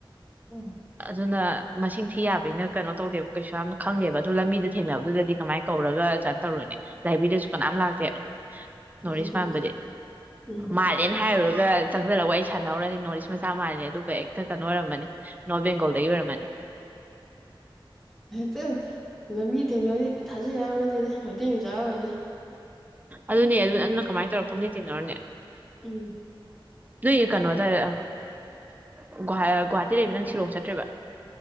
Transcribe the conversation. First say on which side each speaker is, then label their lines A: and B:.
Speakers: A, in the centre; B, on the right.
A: ꯎꯝ
B: ꯑꯗꯨꯅ ꯃꯁꯤꯡ ꯊꯤ ꯌꯥꯕꯒꯤꯅ ꯀꯩꯅꯣ ꯇꯧꯗꯦꯕ ꯀꯩꯁꯨ ꯌꯥꯝ ꯈꯪꯗꯦꯕ ꯑꯗꯨ ꯂꯝꯕꯤꯗ ꯊꯦꯡꯅꯕꯗꯨꯗꯗꯤ ꯀꯃꯥꯏꯅ ꯀꯧꯔꯒ ꯆꯥꯅ ꯇꯧꯔꯣꯏꯅꯦ ꯂꯥꯏꯕꯤꯗꯁꯨ ꯀꯅꯥꯝ ꯂꯥꯛꯇꯦ ꯅꯣꯔꯠ
A: ꯍꯣꯏ ꯑꯗꯨꯕꯨꯗꯤ
B: ꯏꯁ ꯄꯗꯤ
A: ꯎꯝ
B: ꯃꯥꯜꯂꯦꯅ ꯍꯥꯏꯔꯨꯔ ꯆꯪꯁꯤꯜꯂꯛꯒ ꯑꯩ ꯁꯥꯟꯅꯍꯔꯨꯔꯅꯤ ꯅꯣꯔꯠ ꯏꯁ ꯃꯆꯥ ꯃꯥꯜꯂꯅꯤ ꯑꯗꯨꯒ ꯍꯛꯇ ꯀꯩꯅꯣ ꯑꯣꯏꯔꯝꯃꯅꯤ ꯅꯣꯔꯠ ꯕꯦꯡꯒꯣꯜꯗꯒꯤ ꯑꯣꯏꯔꯝꯃꯅꯤ
A: ꯆꯠ ꯂꯝꯕꯤ ꯊꯦꯡꯅꯕꯗꯤ ꯊꯥꯖ ꯌꯥꯎ ꯅꯗꯦꯗ ꯃꯩꯇꯩ ꯃꯆꯥꯥ ꯑꯣꯏꯔꯁꯦ
B: ꯑꯗꯨꯅꯦ ꯑꯗꯨ ꯑꯗꯨꯅ ꯀꯃꯥꯏꯅ ꯇꯧꯔ ꯄꯨꯡꯗꯤ ꯇꯤꯟꯅꯔꯨꯅꯦ
A: ꯑꯝ
B: ꯅ ꯀꯩꯅꯣꯗꯍꯒꯨꯋꯥꯍꯥꯇꯤ ꯂꯩꯕꯤ ꯅ ꯁꯤꯂꯣꯡ ꯆꯠꯇ꯭ꯔꯦꯕ